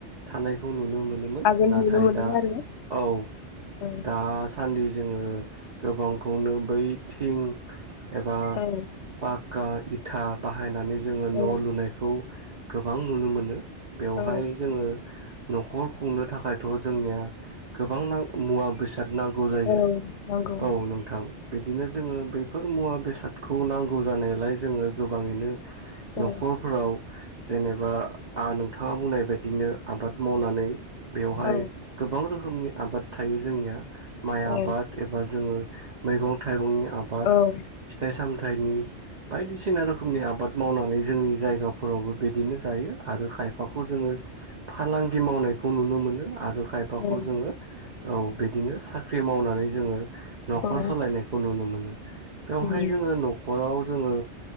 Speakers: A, on the right; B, on the left.
A: थानायखौ नुनो मोनोमोन
B: आगोल
A: नाथाय
B: नुनो मोनोमोन
A: दा
B: आरो
A: औ
B: औ
A: दा सान्दि जोङो गोबांखौनो बैथिं एबा
B: औ
A: पाक्का इथा बाहायनानै जोङो न
B: औ
A: लुनायखौ गोबां नुनो मोनो बेवहाय
B: औ
A: जोङो नखर खुंनो थाखायथ जोंनिया गोबां मुवा बेसाद नांगौ जायो
B: औ नंगौ
A: औ नोंथां बिदिनो जोङो बेफोर मुवा बेसादखौ नांगौ जानायालाय जोङो गो गोबाङैनो
B: औ
A: नखरफोराव जेनेबा आ नोंथाङा बुंनाय बायदि बिदिनो आबाद मावनानै बेवहाय
B: औ
A: गोबां रोखोमनि आबाद थायो जोंनिया माइ
B: औ
A: आबाद एबा जोङो मैगं थाइगंनि आबाद
B: औ
A: फिथाइ साम थानि बायदिसिना रोखोम रोखोमनि आबाद मावनानै जोंनि जायगा फोरावबो बिदिनो जायो आरो खायफाखौ जोङो फालांगि मावनायखौ नुनो मोनो आरो खायफाखौ
B: औ
A: जोङो औ बिदिनो साख्रि मावनानै जोङो न'खर
B: औ
A: सलायनायखौ नुनो मोनो बेवहाय
B: औ
A: जोङो न'खराव जोङो